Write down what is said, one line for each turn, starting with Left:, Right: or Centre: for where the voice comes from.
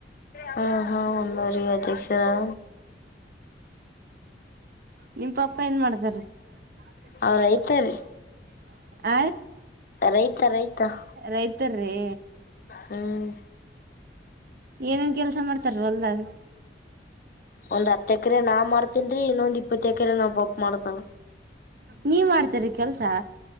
Left: ಹ್ಮ ಹ ಒಂದೂರಿಗೆ ಅಧ್ಯಕ್ಷರದರ.
Right: ನಿಮ್ ಪಪ್ಪ ಏನ್ ಮಾಡ್ತಾರಿ <unintelligible>
Left: ಅವ್ರ ರೈತಾರಿ
Right: ಹ
Left: ರೈತಾ ರೈತಾ <unintelligible>
Right: ರೈತರ್ರಿ
Left: ಹ್ಮ್
Right: ಏನೇನ್ ಕೆಲ್ಸ ಮಾಡ್ತಾರಿ ವಲ್ಡಾಗ್
Left: ಒಂದ್ ಹತ್ತು ಎಕ್ರೆ ನಾವ್ ಮಾಡ್ತಿವ್ರಿ ಇನ್ನೊಂದ್ ಇಪ್ಪತ್ತು ಎಕರೆ ನಪಪ ಮಾಡ್ತಾನ.
Right: ನೀವ್ ಮಾಡ್ತೀರಿ ಕೆಲ್ಸ.